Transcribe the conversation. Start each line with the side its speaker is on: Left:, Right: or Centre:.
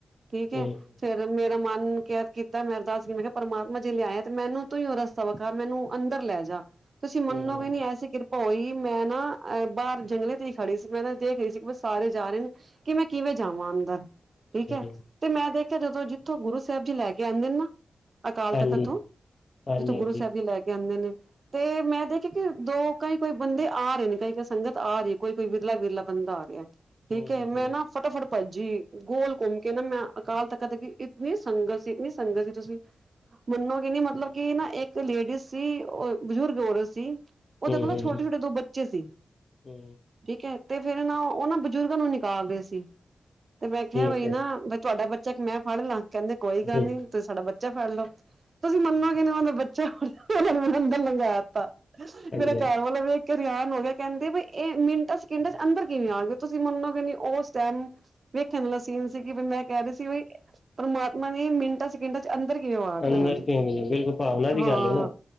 Right: ਠੀਕ ਹੈ।
Left: ਹੂੰ
Right: ਫੇਰ ਮੇਰਾ ਮਨ ਕਿਹਾ ਕੀਤਾ ਮੈਂ ਅਰਦਾਸ ਕੀਤੀ ਮੈਂ ਕਿਹਾ ਪਰਮਾਤਾ ਜੇ ਲਿਆਇਆ ਤੇ ਮੈਨੂੰ ਤੂੰਹੀ ਰਸਤਾ। ਵਿਖਾ ਕਰ ਮੈਨੂੰ ਅੰਦਰ ਲੈ ਜਾ। ਤੁਸੀਂ ਮੰਨੋਗੇ
Left: ਹੂੰ ਹੂੰ
Right: ਨੀ
Left: ਹਾਂਜੀ
Right: ਐਸੀ ਕਿਰਪਾ ਹੋਈ ਮੈਂ ਨਾ ਅਹ ਬਾਹਰ ਜੰਗਲੇ। ਤੇ ਹੀ ਖੜੀ ਸੀ ਮੈਂ ਨਾ ਦੇਖ ਰਹੀ ਸੀ ਸਾਰੇ ਜਾ ਰਹੇ ਨੇ ਕਿ ਮੈਂ ਕਿਵੇਂ ਜਾਵਾ ਅੰਦਰ ਠੀਕ ਹੈ।
Left: ਹਾਂਜੀ
Right: ਤੇ ਮੈਂ ਦੇਖਿਆ ਜਦੋਂ ਜਿੱਥੋਂ ਗੁਰੂ ਸਾਹਿਬ ਜੀ ਲੈ ਕੇ ਆਉਂਦੇ ਨੇ ਨਾ। ਅਕਾਲ
Left: ਹਾਂਜੀ
Right: ਤਖ਼ਤ ਤੋਂ
Left: ਹਾਂਜੀ-ਹਾਂਜੀ,
Right: ਜਿੱਥੋਂ ਗੁਰੂ ਸਾਹਿਬ ਜੀ ਲੈ ਕੇ ਆਉਂਦੇ ਨੇ ਤੇ ਮੈਂ ਦੇਖਿਆ ਕਿ ਦੋ। ਕਈ ਕੋਈ ਬੰਦੇ ਆ ਰਹੇ ਨੇ ਕਈ ਕੋਈ ਸੰਗਤ ਆ ਰਹੀ ਕੋਈ ਕੋਈ ਵਿਰਲਾ ਵਿਰਲਾ ਬੰਦਾ ਆ ਰਿਹਾ। ਠੀਕ
Left: ਹੂੰ
Right: ਏ
Left: ਹੂੰ
Right: ਮੈਂ
Left: ਹੂੰ
Right: ਨਾ ਫਟਾਫਟ। ਭੱਜੀ ਗੋਲ ਘੁੰਮ ਕੇ ਨਾ ਮੈਂ ਅਕਾਲ ਤੱਕਤ ਦੇ ਇਤਨੀ ਸੰਗਤ ਸੀ ਇਤਨੀ ਸੰਗਤ ਸੀ ਤੁਸੀਂ। ਮਨੋਗੇ ਨੀ ਮਤਲਬ ਕਿ ਨਾ ਇੱਕ ਲੇਡੀਜ਼ ਸੀ ਓ ਬਜ਼ੁਰਗ ਹੋ ਰੇ ਸੀ ਓਦੇ
Left: ਹੂੰ
Right: ਕੋਲ
Left: ਹੂੰ
Right: ਨਾ ਛੋਟੇ-ਛੋਟੇ ਦੋ ਬੱਚੇ ਸੀ।
Left: ਹੂੰ।
Right: ਠੀਕ ਐ ਤੇ ਫੇਰ ਨਾ ਓ, ਓ ਨਾਂ ਬਜ਼ੁਰਗਾਂ ਨੂੰ ਨਿਕਾਲਦੇ ਸੀ ਤੇ ਮੈਂ ਕਿਹਾ
Left: ਠੀਕ
Right: ਬਈ
Left: ਹੈ
Right: ਨਾ ਤੁਆਡਾ ਬੱਚਾ ਇੱਕ ਮੈਂ ਫੜ ਲਾਂ? ਕੈਂਦੇ ਕੋਈ ਗੱਲ
Left: ਹੂੰ
Right: ਨੀ ਤੁਸ ਸਾਡਾ ਬੱਚਾ ਫੜ ਲਓ। ਤੁਸੀ ਮਨੋਗੇ ਨੀ ਓਦਾ ਬੱਚਾ <unintelligible> ਓਨਾਂ ਨੇ ਮੈਨੂੰ ਅੰਦਰ ਲੰਘਾ ਤਾ।
Left: ਹਾਂਜੀ
Right: ਮੇਰਾ ਘਰ
Left: ਹਾਂਜੀ
Right: ਵਾਲਾ ਵੇਖ ਕੇ ਹੈਰਾਨ ਹੋ ਗਿਆ ਕਹਿੰਦੇ ਵੀ ਇਹ ਸਕਿੰਡਾਂ ਚ' ਅੰਦਰ ਕਿਵੇਂ ਆਉਣਗੇ। ਤੁਸੀਂ ਮਨੋਗੇ ਨਹੀ, ਉਸ ਟਾਈਮ ਵੇਖਣ ਵਾਲਾ ਸੀਨ ਸੀ। ਕਿ ਮੈਂ ਕਹਿ ਰਹੀ ਸੀ ਵੀ ਪਰਮਾਤਮਾ ਨੇ ਮਿੰਟਾਂ, ਸਕਿੰਟਾਂ ਅੰਦਰ ਕਿਵੇਂ ਵਾੜਤਾ
Left: ਅੰਦਰ
Right: ਉਹਨਾਂ ਨੇ।
Left: ਕਿਵੇਂ ਮਿਲੇ ਬਿਲਕੁਲ ਭਾਵਨਾ ਦੀ
Right: ਹਾ।
Left: ਗੱਲ ਹੈ ਨਾ